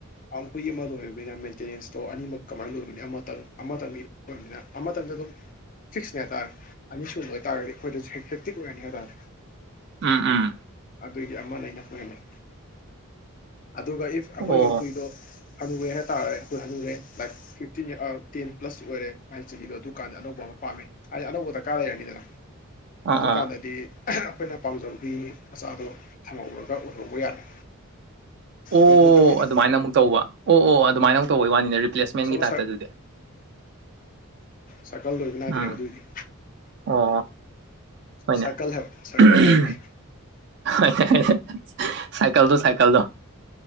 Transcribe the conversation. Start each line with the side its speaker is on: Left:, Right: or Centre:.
Left: ꯑꯝ ꯍꯨꯏ ꯑꯃ ꯂꯣꯏꯔꯕꯅꯤꯅ ꯃꯦꯟꯇꯦꯅꯦꯟꯁꯇꯣ ꯑꯅꯤꯃꯛ ꯀꯃꯥꯏꯅ ꯂꯣꯏꯕꯅꯤ ꯑꯃꯇꯪ ꯑꯃꯇꯪꯅ ꯑꯃꯇꯪ ꯑꯗꯨꯝ ꯐꯤꯛꯁꯅꯦ ꯍꯥꯏꯇꯥꯔꯦ ꯑꯅꯤꯁꯨꯕ ꯑꯣꯏꯇꯔꯒꯗꯤ ꯑꯈꯣꯏꯗꯁꯨ ꯑꯦꯐꯦꯛꯇꯤꯞ ꯑꯣꯏꯔꯅꯤ ꯍꯥꯏꯇꯥꯔꯦ
Right: ꯎꯝ ꯎꯝ
Left: ꯑꯗꯨꯒꯤ ꯑꯃꯅ ꯏꯅꯞ ꯑꯣꯏꯍꯜꯂꯦ ꯑꯗꯨꯒ ꯏꯐ
Right: ꯑꯣ
Left: ꯑꯈꯣꯏꯒꯤ ꯍꯨꯏꯗꯣ ꯍꯜꯅꯨꯔꯦ ꯍꯥꯏꯇꯔꯦ ꯑꯈꯣꯏ ꯍꯟꯅꯨꯔꯦ ꯂꯥꯏꯛ ꯐꯤꯐꯇꯤꯟ ꯑꯥ ꯇꯦꯟ ꯄ꯭ꯂꯁ ꯑꯣꯏꯔꯦ ꯃꯥꯏ ꯆꯍꯤꯗꯣ ꯑꯗꯨ ꯀꯥꯟꯗ ꯑꯅꯧꯕ ꯄꯝꯃꯦ ꯍꯥꯏꯗꯤ ꯑꯅꯧꯕꯗ ꯗ꯭ꯔꯀꯥꯔ ꯂꯩꯔꯅꯤꯗꯅ
Right: ꯑꯥ
Left: ꯑꯗꯨ
Right: ꯑꯥ
Left: ꯀꯥꯟꯗꯗꯤ ꯑꯈꯣꯏꯅ ꯄꯥꯝꯖꯕ ꯍꯨꯏ ꯃꯆꯥꯗꯣ ꯊꯝꯍꯧꯔꯒ ꯑꯣꯏꯍꯧꯕ ꯌꯥꯔꯦ
Right: ꯑꯣ
Left: ꯌꯣꯟꯊꯣꯛꯇꯕꯤꯗ
Right: ꯑꯗꯨꯃꯥꯏꯅ ꯑꯃꯨꯛ ꯇꯧꯕ ꯑꯣ ꯑꯣ ꯑꯗꯨꯃꯥꯏꯅ ꯑꯃꯨꯛ ꯇꯧꯕꯩ ꯋꯥꯅꯤꯅꯦ ꯔꯤꯄ꯭ꯂꯦꯁꯃꯦꯟꯒꯤ
Left: ꯁꯣꯂꯣ
Right: ꯇꯥꯏꯞꯇ ꯑꯗꯨꯗꯤ
Left: ꯁꯥꯔꯀꯜ ꯂꯣꯏꯕ ꯅꯥꯏꯗ꯭ꯔꯦꯕ
Right: ꯎꯝ
Left: ꯑꯗꯨꯏꯗꯤ
Right: ꯑꯣ ꯍꯣꯏꯅꯦ
Left: ꯁꯔꯀꯜ ꯍꯥꯏꯕ ꯁꯔꯀꯜ
Right: ꯍꯣꯏꯅꯦ
Left: ꯍꯥꯏꯒꯦ
Right: <unintelligible> ꯁꯥꯏꯀꯜꯗꯣ ꯁꯥꯏꯀꯜꯗꯣ